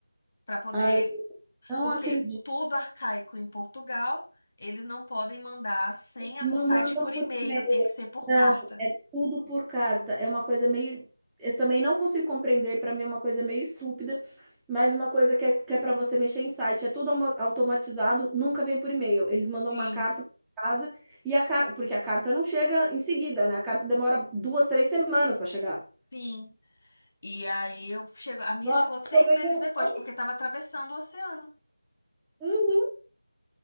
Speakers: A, on the left; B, in the centre.
A: pra poder
B: Ai, não
A: Porque
B: acredito.
A: tudo arcaico em Portugal, eles não podem mandar a senha
B: Não
A: do site
B: mandam
A: por
B: por
A: e-mail,
B: e-mail.
A: tem que ser por
B: Não,
A: carta.
B: é tudo por carta. É uma coisa meio. Eu também não consigo compreender, para mim é uma coisa meio estúpida, mas uma coisa que é, que é para você mexer em site. É tudo aumo- automatizado, nunca vem por e-mail. Eles mandam
A: Sim.
B: uma carta para casa e a carta. Porque a carta não chega em seguida, né? A carta demora duas, três semanas para chegar.
A: Sim. E aí eu chego, a minha
B: Nossa,
A: chegou seis
B: eu também
A: meses
B: não-
A: depois,
B: não
A: porque
B: tem-
A: estava atravessando o oceano.
B: Uhum.